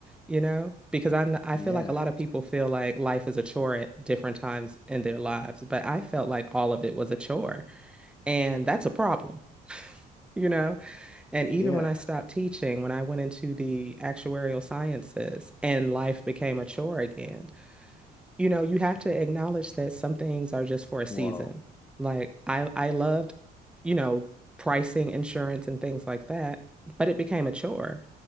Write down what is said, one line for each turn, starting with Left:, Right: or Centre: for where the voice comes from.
Centre: you know? Because I'm I
Left: Yeah.
Centre: feel like a lot of people feel like life is a chore at different times in their lives, but I felt like all of it was a chore, and that's a problem. You know, and even
Left: Yeah.
Centre: when I stopped teaching, when I went into the actuarial sciences and life became a chore again, you know, you have to acknowledge that some things are just for a season.
Left: Wow.
Centre: Like I I loved, you know, pricing insurance and things like that, but it became a chore.